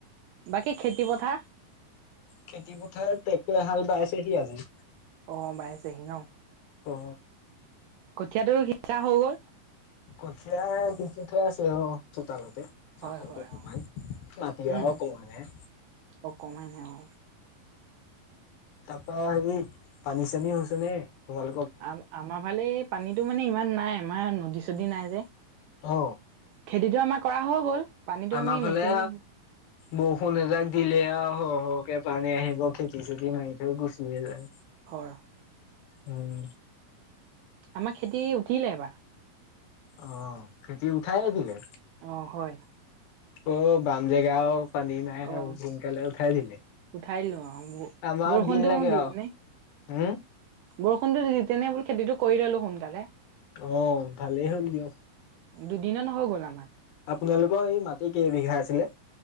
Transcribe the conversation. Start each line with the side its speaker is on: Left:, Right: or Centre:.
Right: বাকী খেতি পথাৰ?
Left: খেতি পথাৰ ট্ৰেক্ট হাল বাইছেহি আজি।
Right: অ বাইছেহি ন।
Left: অ।
Right: কঠীয়াটো সিঁচা হৈ গ'ল
Left: কঠিয় কিুঠে আছে অ চোতালতে
Right: হয়
Left: চাকৰটো
Right: হয়
Left: কমমান
Right: অ
Left: মতিৰাও
Right: উম
Left: কমমান হে
Right: অকমানহে অ
Left: তাৰাপা হেৰি পানী চানী হৈছে নে তবাল
Right: আ আমাৰ ফালে পানীতটো মানে ইমান নাই আমাৰ নদী চদী নাই যে
Left: অ
Right: খেতিটো আমাৰ কৰা হৈ গ'ল পানীটো
Left: আমাৰ
Right: আমি
Left: ফালে
Right: মেচিনে
Left: বৰষুণ এজাক দিলে আৰু হ হকে পানী আহিব খেত-চেতি মাৰি থৈ গুচিয়ে যায়।
Right: হয়
Left: উম,
Right: আমাৰ খেতি উঠিলে এইবাৰ।
Left: অ খেতি উঠাইে দিলে।
Right: অ হয়।
Left: অ বাম জেগাও। পানী নাই
Right: অ
Left: সোনকালে উঠাই দিলে।
Right: উঠাই লওঁ আৰু
Left: আমাৰ
Right: বৰষুণটো
Left: দিন লাগে
Right: দি
Left: আৰু।
Right: পিনে
Left: উম।
Right: বৰষুণটো <unintelligible> খেতিটো কৰি ললো সোনকালে।
Left: অ ভালেই হ'ল দিয়ক।
Right: দুদিন ন হৈ গ'ল আমাৰ।
Left: আপোনালোকৰ এই মাটি কেইবিঘা আছিলে?